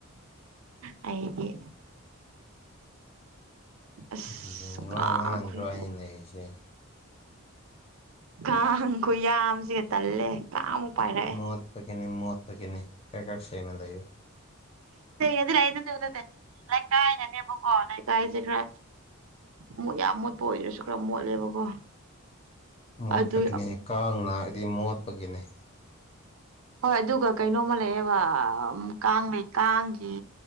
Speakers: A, on the right (about 70°); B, on the left (about 25°).
A: ꯍꯥꯏꯗꯤ ꯑꯁ
B: ꯀꯔꯤ
A: ꯀꯥꯈ꯭ꯔꯦ
B: ꯋꯥ ꯉꯥꯡꯕ꯭ꯔꯣ ꯑꯩꯅ ꯂꯩꯔꯤꯁꯦ
A: ꯀꯥꯡ ꯈꯨ ꯌꯥꯝꯁꯤꯒ ꯇꯜꯂꯦ ꯀꯥꯡꯃꯨꯛ ꯄꯥꯏꯔꯛꯦ
B: ꯃ ꯃ ꯄꯅꯦ ꯀ ꯀ ꯂꯩꯨ
A: ꯑꯗꯨ꯭ꯔꯅꯂꯦ ꯂꯥꯏꯛ ꯀꯥꯏꯅꯅꯦꯕꯀꯣ ꯂꯥꯏꯛ ꯀꯥꯏꯁꯤꯦ ꯈ ꯃꯨꯠ ꯌꯥꯝ ꯃꯣꯠꯄ ꯑꯣꯏꯗꯔꯁꯨ ꯈꯔ ꯃꯣꯠꯂꯦꯕꯀꯣ
B: ꯃꯣꯠꯄꯒꯤꯅꯤ
A: ꯑꯗꯨ
B: ꯀꯥꯡꯅꯅꯥ ꯍꯥꯏꯗꯤ ꯃꯣꯠꯄꯒꯤꯅꯤ
A: ꯍꯣꯏ ꯑꯗꯨꯒ ꯀꯩꯅꯣꯝꯃ ꯂꯩꯌꯦꯕ ꯀꯥꯡ ꯂꯩꯩ ꯀꯥꯡꯒꯤ